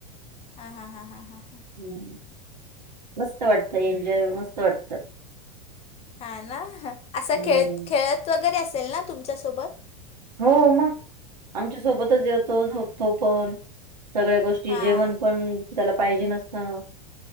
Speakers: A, on the left; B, on the right.
A: हाहा... हाहाहा.
B: <inaudible> मस्त वाटतं... एन्जॉय... मस्त वाटतं.
A: हा ना.. असं
B: हम्म
A: खेळ... खेळत वगैरे असेल ना.... तुमच्यासोबत?
B: हो मग... आमच्या सोबतच.. जेवतो... झोपतो पण. सगळ्या गोष्टी...
A: हां
B: जेवण पण... त्याला पाहिजेन असतं.